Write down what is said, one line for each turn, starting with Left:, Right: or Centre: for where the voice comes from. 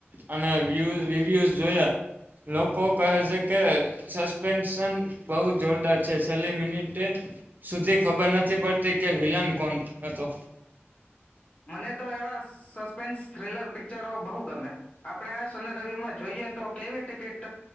Right: અને રિવ્યૂઝ જોયા લોકો કહે છે કે સસ્પેન્શન બહુ જોરદાર છે છેલ્લી મિનિટે સુધી ખબર નથી પડતી કે વિલન કોણ હતો
Left: મને તો એવા સસ્પેન્સ થ્રીલર પિક્ચરો બહુ ગમે આપણે આ સન રવિમાં જોઈએ તો કેવી ટિકિટ